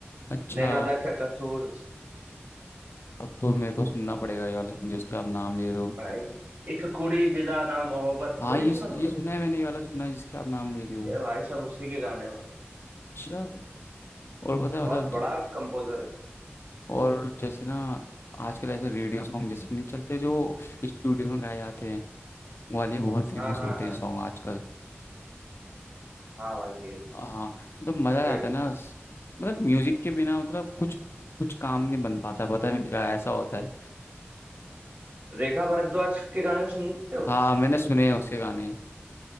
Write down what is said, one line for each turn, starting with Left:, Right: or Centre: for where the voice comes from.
Left: अच्छा
Right: नैना दा क्या कसूर
Left: तब तो मेरे को सुनना पड़ेगा ये वाला song जिसके आप नाम ले रहे हो
Right: भाई एक कुड़ी जिदा ना मोहब्बत
Left: हाँ
Right: वो नहीं
Left: ये
Right: सुना तुमने
Left: ये सुना है मैंने ये वाला सुना है जिसके आप नाम ले रहे हो
Right: ये भाई साहब उसी के गाने भाई
Left: अच्छा और पता है
Right: बहुत
Left: मतलब
Right: बड़ा कंपोजर है
Left: और जैसे ना आजकल ऐसे रेडियो सॉन्ग जैसे नहीं चलते जो स्टूडियो में गाए जाते हैं वो वाले बहुत फेमस
Right: हाँ हाँ
Left: होते
Right: हाँ
Left: हैं सॉन्ग आजकल
Right: हाँ भाई ये तो।
Left: हाँ मतलब मजा
Right: रे,
Left: आता है ना स- मतलब म्यूजिक के बिना मतलब कुछ कुछ काम नहीं बन पाता पता है मेरा ऐसा होता है
Right: रेखा भारद्वाज के गाने सुनते हो
Left: हाँ मैंने सुने हैं उसके गाने